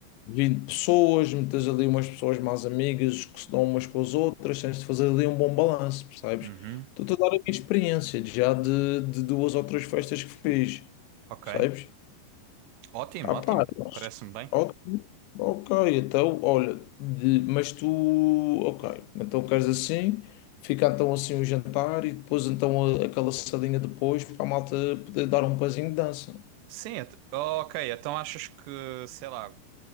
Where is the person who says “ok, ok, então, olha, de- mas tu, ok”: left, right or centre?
Left